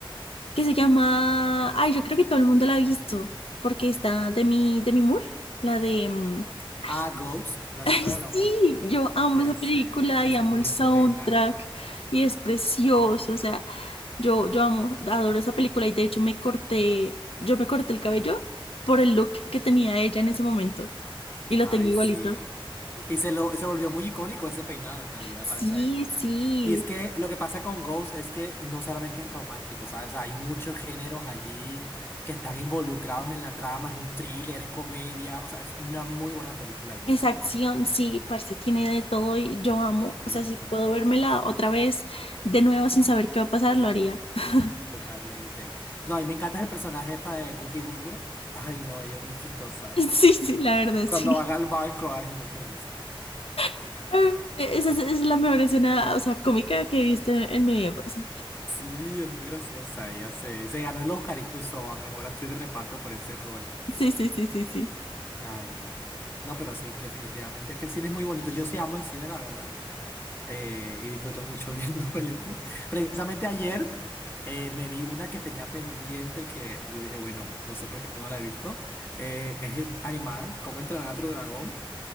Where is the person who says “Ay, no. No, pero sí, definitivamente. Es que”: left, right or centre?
Left